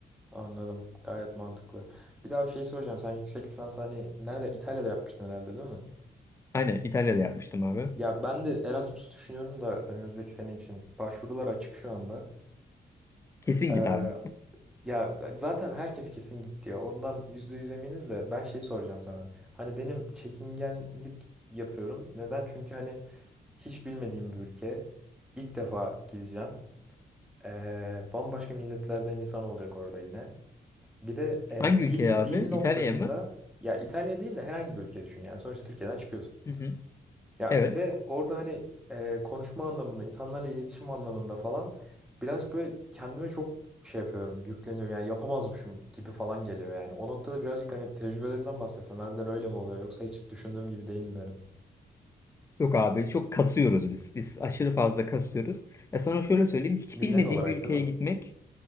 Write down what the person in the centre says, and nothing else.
Anladım. Gayet mantıklı. Bir daha bir şey soracağım. Sen yüksek lisans hani nerede? İtalya'da yapmıştın herhalde değil mi?
Ya ben de Erasmus düşünüyorum da önümüzdeki sene için. Başvurular açık şu anda.
Ee,
Ya e, zaten herkes kesin git diyor. Ondan yüzde yüz eminiz de ben şeyi soracağım sana. Hani benim çekingenlik yapıyorum. Neden? Çünkü hani hiç bilmediğim bir ülke. İlk defa gideceğim. Ee, bambaşka milletlerden insan olacak orada yine. Bir de
e,
dil
dil noktasında
ya İtalya değil de herhangi bir ülke düşün yani. Sonuçta Türkiye'den çıkıyorsun.
Ya
ve orada hani e, konuşma anlamında, insanlarla iletişim anlamında falan birazcık böyle kendime çok şey yapıyorum, yükleniyorum. Yani yapamazmışım gibi falan geliyor yani. O noktada birazcık hani tecrübelerinden bahsetsen harbiden öyle mi oluyor yoksa hiç düşündüğüm gibi değil mi benim?
Millet
olarak
değil mi?